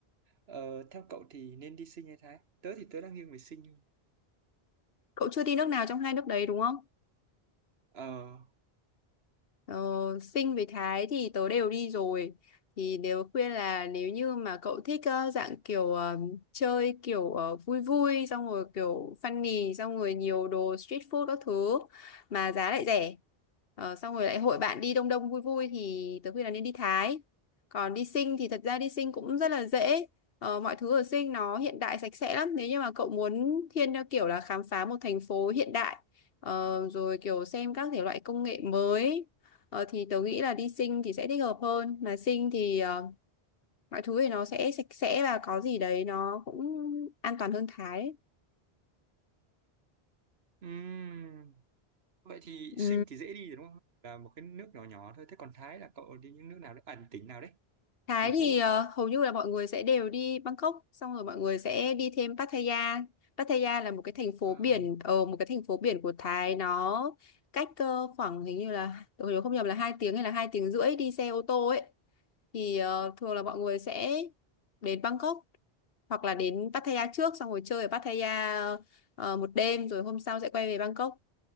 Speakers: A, on the right (about 70°); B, on the left (about 65°).
A: Ờ, theo cậu thì nên đi Sinh hay Thái? Tớ thì tớ đang nghiêng về Sinh hơn.
B: Cậu chưa đi nước nào trong hai nước đấy đúng không?
A: Ờ,
B: Ờ, Sinh với Thái thì tớ đều đi rồi thì nếu khuyên là nếu như mà cậu thích ờ, dạng kiểu ờ, chơi kiểu ờ, vui vui xong rồi kiểu funny xong rồi nhiều đồ street food các thứ mà giá lại rẻ Ờ, xong rồi lại hội bạn đi đông đông vui vui thì tớ khuyên là nên đi Thái còn đi Sinh thì thật ra đi Sinh cũng rất là dễ Ờ, mọi thứ ở Sinh nó hiện đại sạch sẽ lắm nếu như mà cậu muốn thiên theo kiểu là khám phá một thành phố hiện đại Ờ, rồi kiểu xem các thể loại công nghệ mới Ờ, thì tớ nghĩ là đi sinh thì sẽ thích hợp hơn mà sinh thì ờ, mọi thứ thì nó sẽ sạch sẽ và có gì đấy nó cũng an toàn hơn Thái ấy.
A: ừm, vậy thì
B: Ừ.
A: Sinh thì dễ đi rồi đúng không? Là một cái nước nhỏ nhỏ thôi. Thế còn Thái là cậu đi những nước nào đấy? À, tỉnh nào đấy?
B: Thái
A: Thành
B: thì
A: phố.
B: ờ, hầu như là mọi người sẽ đều đi Bangkok xong rồi mọi người sẽ đi thêm Pattaya. Pattaya là một cái thành phố
A: À,
B: biển ở một cái thành phố biển của Thái nó cách ờ, khoảng hình như là tôi nhớ không nhầm là hai tiếng hay là hai tiếng rưỡi đi xe ô tô ấy thì ờ, thường là mọi người sẽ đến Bangkok hoặc là đến Pattaya trước xong rồi chơi ở Pattaya ờ, một đêm rồi hôm sau sẽ quay về Bangkok